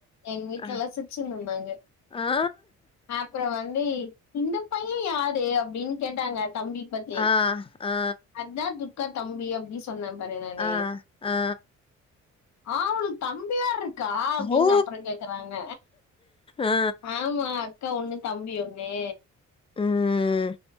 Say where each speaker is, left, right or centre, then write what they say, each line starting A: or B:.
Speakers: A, on the left (about 65°); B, on the left (about 20°).
A: எங்க வீட்லெல்லா
B: ஆ
A: சிரிச்சிருந்து தாங்க
B: ஆ
A: அப்புறோ வந்து இந்த பைய யாரு அப்புடின்னு கேட்டாங்க தம்பி பத்தி
B: ஆ ஆ
A: அத்தா து க்கா தம்பி அப்டி சொன்னே பாரு நானு
B: ஆ ஆ
A: ஆவளுக் தம்பி வேற்ருக்கா அப்டின்னு
B: ஓ
A: அப்புறோ கேக்கறாங்க
B: ஆ
A: ஆமா அக்கா ஒண்ணு தம்பி ஒண்ணு
B: ம்